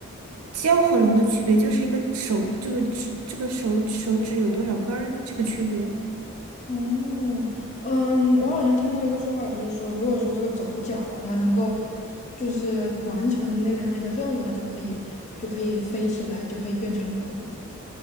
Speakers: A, on the right (about 80°); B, on the left (about 30°).
A: 蛟和龙的区别就是一个手，这个指，这个手手指有多少根儿，这个区别。
B: 哦，嗯，我好像听过一个说法，就是说，如果说这个走角啊，它能够就是完成那个它那个任务，它就可以就可以飞起来，就可以变成龙了。